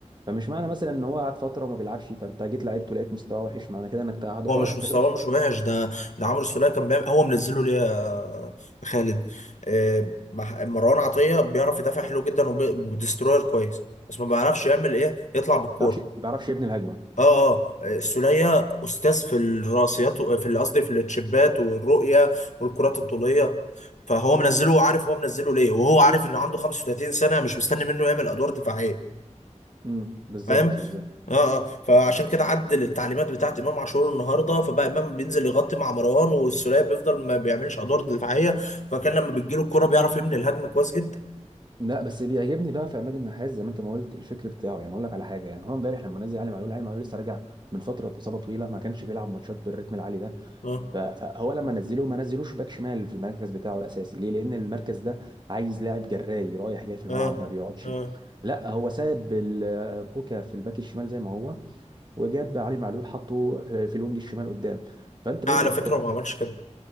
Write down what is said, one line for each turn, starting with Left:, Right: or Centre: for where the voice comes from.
Right: فمش معنى مثلا ان هو قعد فتره وما بيلعبش فانت جيت لعبته لقيت مستواه وحش معنى كده انك تقعده
Left: هو
Right: خلاص
Left: مش
Right: انت
Left: مستواه
Right: كده ما
Left: مش وحش ده ده عمرو السولية كان بيعمل هو منزله ليا آه، خالد آه، مح- مروان عطية بيعرف يدافع حلو جدا وديستروير كويس بس ما بيعرفش يعمل ايه يطلع بالكورة
Right: بيعرفش ما بيعرفش يبني الهجمه
Left: اه اه السولية استاذ في الراسيات و- في اللي قصدي في التشيبات والرؤية والكرات الطولية فهو منزله عارف هو منزله ليه وهو عارف انه عنده 35 سنة مش مستني منه يعمل ادوار دفاعية
Right: امم بالظبط
Left: فاهم
Right: بالظبط
Left: اه اه فعشان كده عدل التعليمات بتاعت امام عاشور النهارده فبقى امام بينزل يغطي مع مروان والسوليه بيفضل ما بيعملش ادوار دفاعيه فكان لما بتجيله الكرة بيعرف يبني الهجمه كويس جدا
Right: لا بس بيعجبني بقى في عماد النحاس زي ما انت ما قلت الفكر بتاعه يعني اقول لك على حاجه يعني هو امبارح لما نزل علي معلول علي معلول لسه راجع من فتره اصابه طويله ما كانش بيلعب ماتشات بالريتم العالي ده
Left: اه
Right: ف- فهو لما نزله ما نزلوش باك شمال في المركز بتاعه الاساسي ليه لان المركز ده عايز لاعب جراي رايح جاي في الملعب
Left: اه
Right: ما بيقعدش
Left: اه
Right: لا هو ساب ال- كوكا في الباك الشمال زي ما هو وجاب علي معلول حطه في في الوينج الشمال قدام فانت
Left: لا
Right: بقيت
Left: على
Right: بتستفيد
Left: فكره هو ما عملش كده